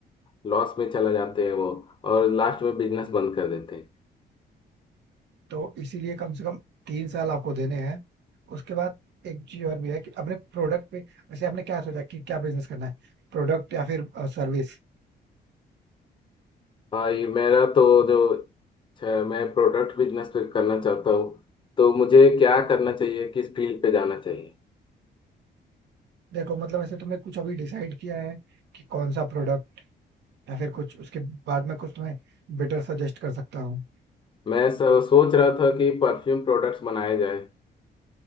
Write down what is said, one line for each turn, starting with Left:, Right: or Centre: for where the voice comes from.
Left: लॉस में चला जाते हैं वो और लास्ट में बिजनेस बंद कर देते हैं
Right: तो इसीलिए कम से कम तीन साल आपको देने हैं उसके बाद एक चीज और भी है कि अपने प्रोडक्ट पे वैसे आपने क्या सोचा कि क्या बिजनेस करना है प्रोडक्ट या फिर सर्विस
Left: भाई मेरा तो जो छ- मैं प्रोडक्ट बिजनेस पे करना चाहता हूँ तो मुझे क्या करना चाहिए किस फील्ड पे जाना चाहिए
Right: देखो मतलब ऐसे तुमने कुछ अभी डिसाइड किया है कि कौन सा प्रोडक्ट या फिर कुछ उसके बाद में कुछ तुम्हें बेटर सजेस्ट कर सकता हूँ
Left: मैं स- सोच रहा था कि परफ्यूम प्रोडक्ट्स बनाए जाए